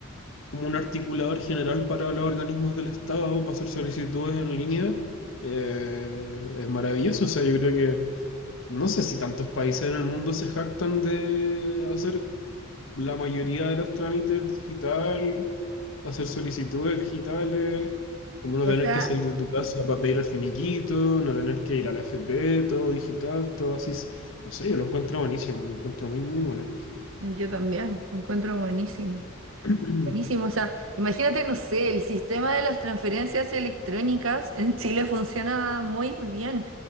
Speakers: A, on the left; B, on the right.
A: como un articulador general para los organismos del Estado, para hacer solicitudes en línea. Eh, es maravilloso, o sea, yo creo que no sé si tantos países en el mundo se jactan de hacer la mayoría de los trámites digital, hacer solicitudes digitales, como no
B: O
A: tener
B: sea,
A: que salir de tu casa para pedir el finiquito, no tener que ir a la FP, todo digital, todo así. es- No sé, yo lo encuentro buenísimo, lo encuentro muy, muy bueno.
B: Yo también, lo encuentro buenísimo.
A: <clears throat>
B: Buenísimo, o sea, imagínate, no sé, el sistema de las transferencias electrónicas en Chile funciona muy bien,